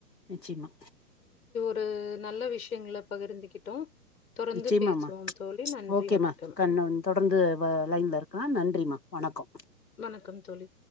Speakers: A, on the left; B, on the left.
A: நிச்சமா
B: து நல்ல விஷயங்கள பகிர்ந்துகிட்டோம் தொடர்ந்து
A: நிச்சயமாம்மா
B: பேசுவோம் தோழி நன்றி
A: ஓகேம்மா
B: வணக்கம்
A: கண் தொடர்ந்து வ லைன்ல இருக்கலா நன்றிம்மா வணக்கம்
B: வணக்கம் தோழி